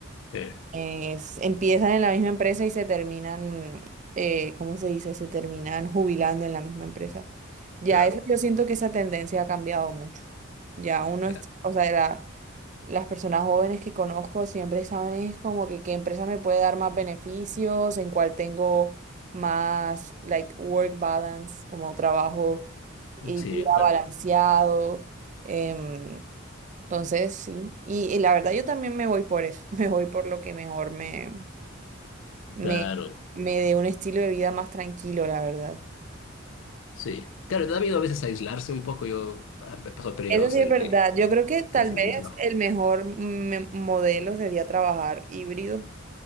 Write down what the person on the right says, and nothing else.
es- empiezan en la misma empresa y se terminan, eh, ¿cómo se dice? Se terminan jubilando en la misma empresa. Ya
eso, yo siento que esa tendencia ha cambiado mucho. Ya uno
es, o sea, la- las personas jóvenes que conozco siempre saben es como que qué empresa me puede dar más beneficios, en cuál tengo más, like, work balance, como trabajo y
vida
balanceado. em, entonces, sí, y, y la verdad yo también me voy por eso, <laughs> me voy por lo que mejor me, me,
me dé un estilo de vida más tranquilo, la verdad.
Eso sí
es verdad,
yo creo que tal
vez
el mejor me- modelo sería trabajar híbrido